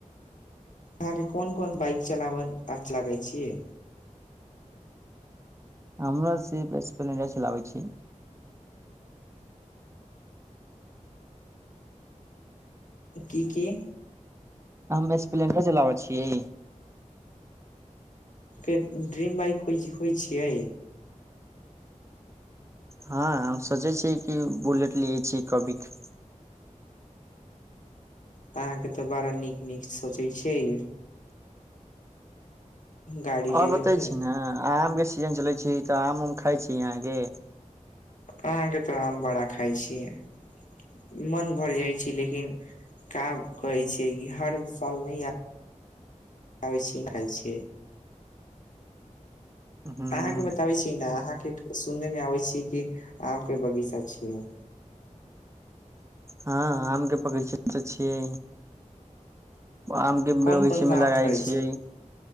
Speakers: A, on the left; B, on the right.
A: अहाँके कोन कोन बाइक चलावन अआछ लागै छीयै
B: हमरा सिर्फ स्प्लेंडर चलाबै छी
A: की की
B: हम स्प्लेंडर चलाबै छियै
A: के ड्रीम बाइक होइ होइ छियै
B: हँ हम सोचै छियै कि बुलेट लिय छीयै कभिके
A: अहाँके तऽ बड़ा नीक नीक सोचै छियै गाड़ी
B: आओर
A: लेबे
B: बतै
A: के
B: छी ने आम के सीजन चलै छै तऽ आम उम खाइ छी यहाँके
A: अहाँके तऽ आम बड़ा खाय छियै मन भर जाइ छि लेकिन का कहै छियै कि हर साल नहि आ आबै खाय छीयै
B: ह
A: अहाँके बताबै छी ने अहाँके सुननेमे आबै छी कि आम के बगीचा छियै
B: हँ आम के बगिचा त छियै आम के बगीचे
A: कोन कोन
B: मे
A: सा आम
B: लगाई
A: फड़ै
B: छियै
A: छै